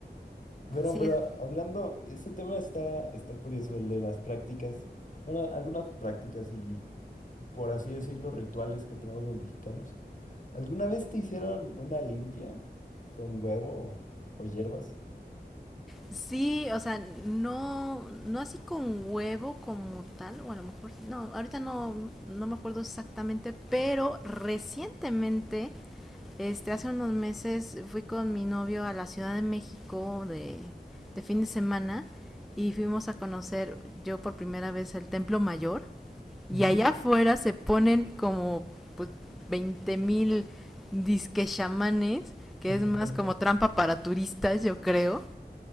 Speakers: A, on the left (about 50°); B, in the centre.
A: Pero,
B: Sí,
A: pero hablando, ese tema está, está curioso, el de las prácticas. Bueno, algunas prácticas y, por así decirlo, rituales que tenemos los mexicanos. ¿Alguna vez te hicieron una limpia con huevo o, o hierbas?
B: es- sí, o sea, no, no así con huevo como tal, o a lo mejor, no, ahorita no, no me acuerdo exactamente, pero recientemente, este, hace unos meses fui con mi novio a la Ciudad de México de, de fin de semana y fuimos a conocer yo por primera vez el Templo Mayor Y
A: Ujú.
B: allá afuera se ponen como pues, 20 mil disque chamanes, que
A: <laughs>
B: es más como trampa para turistas, yo creo.